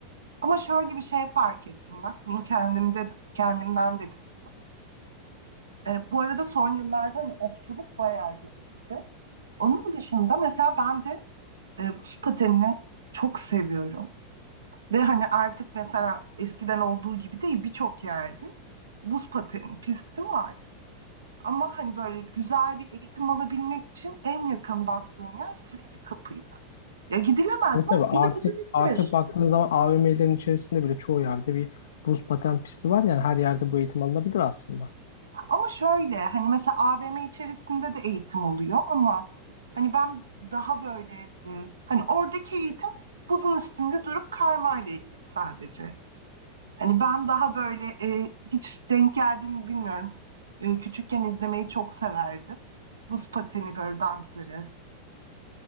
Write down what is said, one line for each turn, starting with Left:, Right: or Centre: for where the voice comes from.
Right: Ama şöyle bir şey fark ettim bak, bunu kendimde kendimden de biliyorum. Ee, bu arada son yıllarda hani okçuluk bayağı gelişti. Onun dışında mesela ben de e, buz patenini çok seviyorum. Ve hani artık mesela eskiden olduğu gibi değil birçok yerde buz paten pisti var. Ama hani böyle güzel bir eğitim alabilmek için en yakın baktığım yer Silivri Kapı'ydı. Ya gidilemez
Left: Evet
Right: mi?
Left: tabii
Right: Aslında
Left: artık
Right: gidilebilir.
Left: artık baktığın zaman AVM'lerin içerisinde bile çoğu yerde bir buz paten pisti var yani her yerde bu eğitim alınabilir aslında.
Right: Ama şöyle hani mesela AVM içerisinde de eğitim oluyor ama hani ben daha böyle e, hani oradaki eğitim buzun üstünde durup kaymayla ilgili sadece. Hani ben daha böyle e, hiç denk geldiğini mi bilmiyorum. E, küçükken izlemeyi çok severdim. Buz pateni böyle dansları.